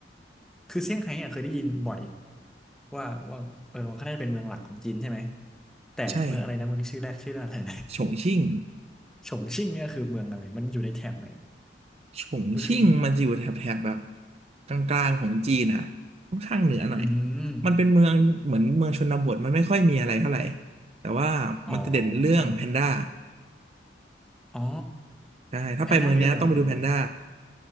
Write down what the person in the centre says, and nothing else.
คือเซี่ยงไฮ้อ่ะเคยได้ยินบ่อย ว่าว่าเออเขาน่าจะเป็นเมืองหลักของจีนใช่ไหม แต่เมืองอะไรนะเมืองชื่อแรกชื่ออะไรนะ
<laughs> ฉงชิ่งเนี่ยคือเมืองอะไร มันอยู่ในแถบไหน
มันคือ
อืม
อ๋ออ๋อ
แพนด้าเยอะเหรอหรืออะไร